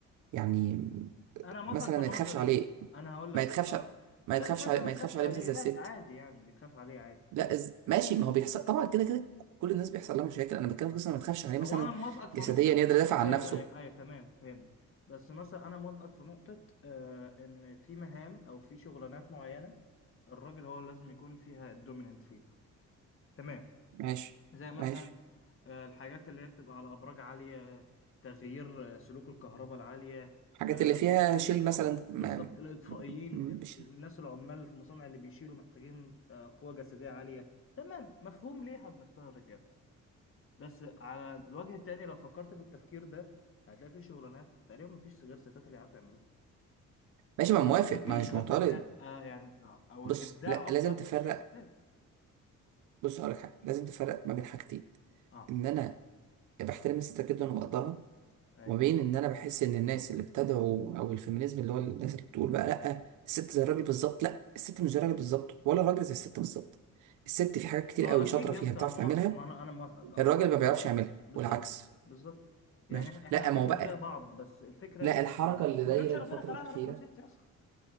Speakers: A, on the right; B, on the left.
A: يعني
B: انا موافق
A: مثلا
B: في
A: ما
B: النقطه
A: يتخافش
B: دي
A: عليه
B: انا هقول لك
A: ما
B: في
A: يتخافش
B: انا
A: ما
B: لا
A: يتخافش
B: مش عايز
A: عليه
B: أقول
A: ما
B: ما
A: يتخافش
B: تخافش
A: عليه
B: عليه
A: مثلا زي
B: لا
A: الست
B: عادي يعني بيتخاف عليه عادي
A: لا إز... ماشي ما هو بيحصل طبعا كده كده كل الناس بيحصل لها مشاكل انا بتكلم في قصه إن ما تخافش عليه
B: هو
A: مثلا
B: انا موافقك في
A: جسديا
B: نقطه
A: يقدر يدافع عن
B: ايوه
A: نفسه
B: ايوه ايوه تمام فهمت بس مثلا انا موافقك في نقطه آه ان في مهام او في شغلانات معينه الراجل هو اللي لازم يكون فيها الدوميننت فيه تمام
A: ماشي
B: زي مثلا
A: ماشي
B: آه، الحاجات اللي هي بتبقى على أبراج عالية تغيير آه، سلوك الكهرباء العالية
A: الحاجات
B: آه،
A: اللي فيها
B: الإطفاء
A: شيل مثلا ما
B: بالظبط الإطفائيين
A: مش
B: الناس العمال في المصانع اللي بيشيلوا محتاجين آه، قوة جسدية عالية تمام مفهوم ليه احنا بنختار الرجال بس على الوجه التاني لو فكرت بالتفكير ده هتلاقي في شغلانات تقريبا مفيش غير ستات اللي يعرفوا يعملوها
A: ماشي ما
B: أو
A: موافق
B: مش مفيش
A: ما مش
B: غير
A: معترض
B: ستات آه يعني آه أو
A: بص
B: الإبداع
A: لا
B: أكتر
A: لازم تفرق
B: تسمع ستات
A: بص هقولك حاجه لازم تفرق ما بين حاجتين
B: اه
A: ان انا بحترم الست جدا وبقدرها
B: أيوة.
A: وما بين ان انا بحس ان الناس اللي بتدعو او الفيمينيزم اللي هو الناس اللي بتقول بقى لا الست زي الراجل بالظبط لا الست مش زي الراجل بالظبط ولا الراجل زي الست بالظبط الست في حاجات كتير
B: ما
A: قوي
B: اكيد
A: شاطره
B: يا
A: فيها
B: اسطى
A: بتعرف
B: ما,
A: تعملها
B: ما انا انا موافقك اه
A: الراجل
B: اكيد
A: ما بيعرفش
B: آه،
A: يعملها
B: بالظبط
A: والعكس
B: بالظبط يعني
A: ماشي
B: إح- احنا
A: لا
B: اكيد
A: ما هو
B: مش
A: بقى
B: زي بعض بس الفكره
A: لا
B: ان
A: الحركه اللي
B: ما
A: دايره
B: كانش ربنا
A: الفتره
B: خلقنا
A: الاخيره
B: راجل وست يا اسطى